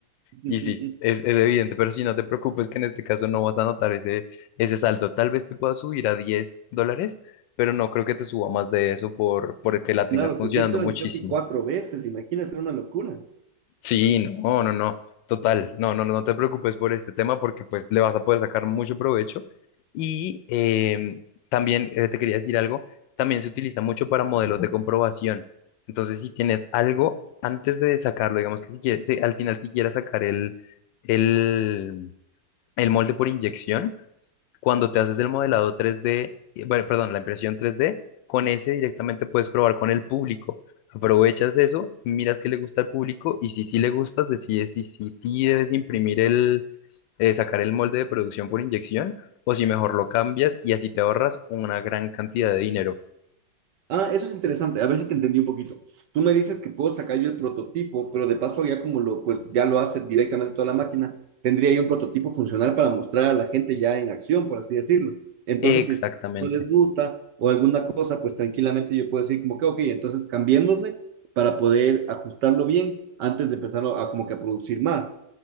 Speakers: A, on the right; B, on the left.
A: <laughs>
B: Y sí, es, es evidente, pero sí, no te preocupes que en este caso no vas a notar ese, ese salto. Tal vez te pueda subir a 10 dólares, pero no creo que te suba más de eso por, por que la
A: Claro,
B: tengas funcionando
A: porque esto eran
B: muchísimo.
A: casi cuatro veces, imagínate, una locura.
B: Sí, no, no, no, total, no, no, no no te preocupes por este tema porque pues le vas a poder sacar mucho provecho. Y em, también eh, te quería decir algo, también se utiliza mucho para modelos de comprobación. Entonces, si tienes algo antes de sacarlo, digamos que si quieres, si al final si quieres sacar el... el el molde por inyección, cuando te haces el modelado 3D, eh, bueno, perdón, la impresión 3D, con ese directamente puedes probar con el público. Aprovechas eso, miras qué le gusta al público y si sí le gustas, decides si sí sí debes imprimir el, eh, sacar el molde de producción por inyección o si mejor lo cambias y así te ahorras una gran cantidad de dinero.
A: Ah, eso es interesante. A ver si te entendí un poquito. Tú me dices que puedo sacar yo el prototipo, pero de paso ya como lo, pues ya lo hace directamente toda la máquina, tendría yo un prototipo funcional para mostrar a la gente ya en acción, por así decirlo. Entonces,
B: Exactamente.
A: si es que no les gusta o alguna cosa, pues tranquilamente yo puedo decir como que, ok, entonces cambiémosle para poder ajustarlo bien antes de empezar a, a como que a producir más.